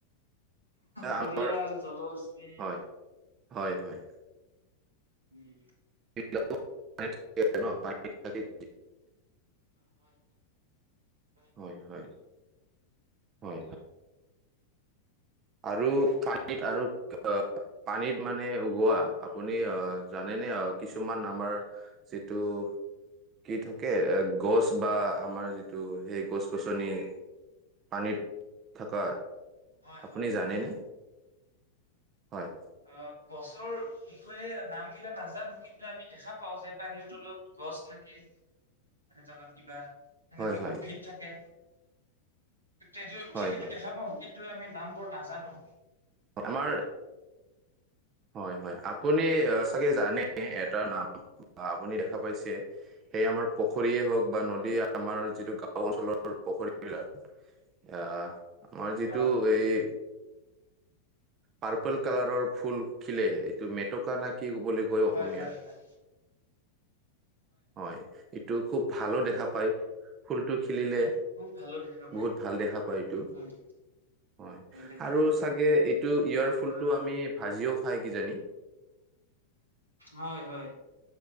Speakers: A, on the right; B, on the right.
A: এয়া
B: ঘৰিয়াল
A: আমাৰ
B: জলহস্তী
A: হয় হয় হয়।
B: উম।
A: থাক ন পান থাক <unintelligible>
B: হয় ভে <unintelligible>
A: হয়, হয়, হয়, হয়। আৰু পানীত আৰু পানীত মানে উগোৱা আপুনি জানেনে কিছুমান আমাৰ যিটো কি থাকে গছ বা আমাৰ যিটো সেই গছ গছনি পানীত থকা
B: হয়
A: আপুনি
B: হয়
A: জানেনে
B: হয়।
A: হয়।
B: অ', গছৰ বিষয়ে নাম গিলা নাজানোঁ কিন্তু আমি দেখা পাওঁ যে পানীৰ তলত গছ থাকে এই থাকাত কিবা সেনেকৈ
A: হয় হয়
B: উদ্ভিদ থাকে সটো
A: হয়
B: সেইটো
A: হয়
B: দেখা পাওঁ কি নটো আমি নাম বোৰ নাজানোঁ
A: আমাৰ হয়, হয় আপুনি চাগে জানে এটা নাম আপুনি দেখা পাইছে সেই আমাৰ পুখুৰীয়ে হওক বা নদী আমাৰ যিটো গাঁও অঞ্চলৰ পুখুৰীবিলাক আহ আমাৰ যিটো
B: অ'
A: এই পাৰ্পল কালাৰৰ ফুল খিলে এইটো মেটকা না কি বুলি কয় অসমীয়াত
B: হয়, হয়, হয়।
A: হয় ইটো খুব ভালো দেখা পায় ফুলটো খিলিলে
B: খুব ভালো দেখা পায়
A: বহুত ভাল দেখা পায় এইটো
B: হয়
A: হয়
B: ভাল দেখা
A: আৰু
B: পায়।
A: চাগে এইটো ইয়াৰ ফুলটো
B: অ'
A: আমি ভাজিও খাই কিজানি
B: হয়, হয়